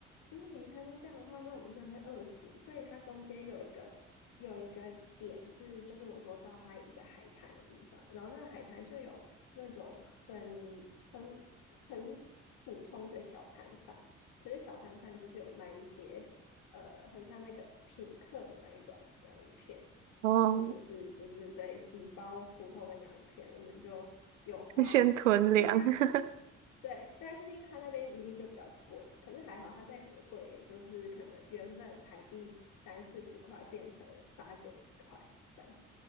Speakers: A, on the left (about 70°); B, on the right (about 80°).
A: 如果每一餐都这样的话，那我们真的会饿死。所以它中间有一个有一个点是，就是我说到它一个海滩的地方，然后那海滩就有那种很很很普通的小摊贩，可是小摊贩就是有卖一些呃很像那个品客的那一种洋芋片。
B: 哦，
A: 然后或者是就是对几包普通的洋芋片，我们就有花哦，
B: <laughs> 先囤粮。
A: 因为它
B: <laughs>
A: 对，但是因为它那边一定就比较贵，可是还好它再怎么贵，也就是可能原本台币三四十块变成八九十块这样，